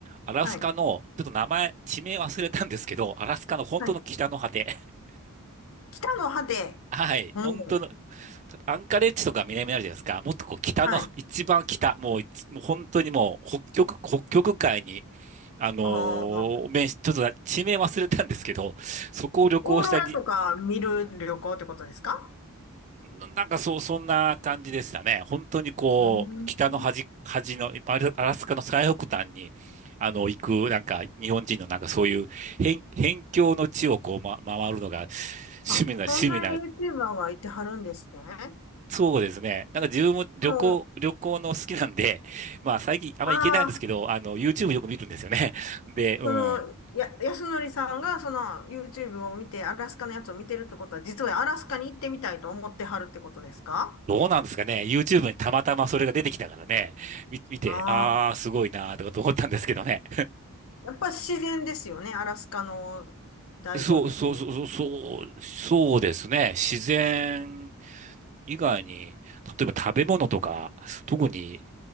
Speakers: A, on the right; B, on the left.
A: アラスカの、
B: はい、
A: ちょっと名前、地名忘れたんですけど、アラスカの本当の北の果て。
B: はい。
A: <laughs>
B: 北の果て、
A: はい。
B: うん、
A: 本当の、アンカレッジとか南にあるじゃないですか。もっとこう北の、
B: はい。
A: 一番北、もういもう本当にもう北極、北極海に、あのー面し、
B: ああ、
A: ちょっと地名忘れたんですけど、そこを旅行したに、
B: オーロラとか見る旅行ってことですか
A: ななんかそう、そんな感じでしたね。本当にこう、
B: うーん。
A: 北の端、端の、アラアラスカの最北端に、あの、行く、なんか、日本人のなんかそういう、辺、辺境の地をこう、ま、回るのが、趣味な、
B: あ、
A: 趣味な、
B: そんなユーチューバーがいてはるんですね。
A: そうですね。なんか自分も旅行、
B: も
A: 旅行の好きなんで、<laughs> まあ最近あんまり行けないんですけど、
B: う、ああ、
A: あの、YouTube よく見るんですよね。<laughs> で、うん。
B: その、や、安則さんがその YouTube を見て、アラスカのやつを見てるってことは、実はアラスカに行ってみたいと思ってはるってことですか
A: どうなんですかね。YouTube にたまたまそれが出てきたからね。み見て、
B: ああ
A: ああ、すごいなーとかと思ったんですけどね。
B: ー。やっぱ自然ですよね、アラスカの醍醐味っていう。
A: <laughs> そう、そうそうそう、そうそうですね。自然以外に、例えば食べ物とか、特に、